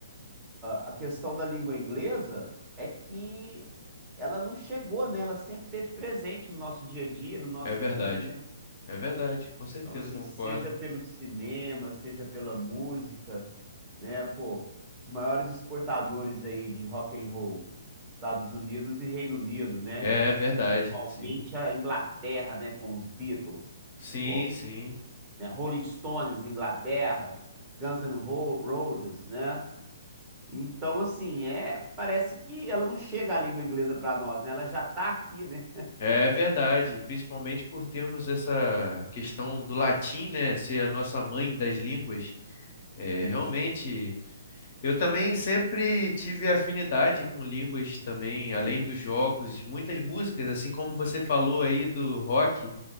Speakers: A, on the right; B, on the left.
A: a questão da língua inglesa é que ela não chegou, né? Ela sempre esteve presente no nosso dia a dia, no nosso
B: É verdade.
A: mundo, né?
B: É verdade, com certeza
A: Então, assim,
B: concordo.
A: seja pelo cinema, seja pela música, né? Pô, os maiores exportadores aí de rock and roll, Estados Unidos e Reino Unido, né?
B: É é verdade,
A: Principalmente
B: sim.
A: a Inglaterra, né? Com os Beatles,
B: Sim,
A: pô,
B: sim.
A: né? Rolling Stones, Inglaterra, Guns N' Ro- Roses, né? Então, assim, é, parece que ela não chega à língua inglesa para nós, né? Ela já tá aqui, né?
B: É verdade, principalmente por termos essa questão do latim, né, ser a nossa mãe das línguas. É,
A: Isso.
B: realmente, eu também sempre tive afinidade com línguas também, além dos jogos, muitas músicas, assim como você falou aí do rock.